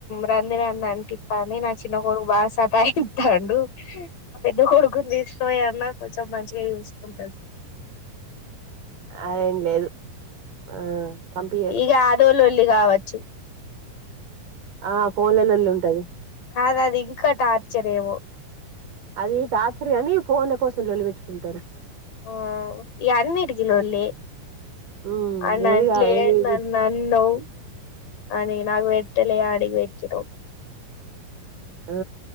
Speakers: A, on the left; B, on the right.
A: రంది రంది అనిపితాంది నా చిన్న కొడుకు బాగా సతాయిత్తండు మా పెద్ద కొడు కొడుకును తీస్కపోయన్న కొంచెం మంచిగా చూసుకుంటది
B: అదేం లేదు ఆ పంపియ్యరు
A: ఇగ ఆదో లోల్లి కావచ్చు
B: ఆ ఫోన్ల లొల్లి ఉంటది
A: కాదది ఇంకా టర్చర్ ఏమో
B: అది టచర్ గని ఫోన్ల కోసం లొల్లి పెట్టుకుంటరు
A: ఓ ఇయన్నిటికి లొల్లే
B: ఉమ్
A: ఆనన్లే
B: ఏదిగా ఏది ఇది
A: నన్ను అన్నవ్ అని నాకు పెట్టలే ఆడికి పెట్టినవ్
B: ఆ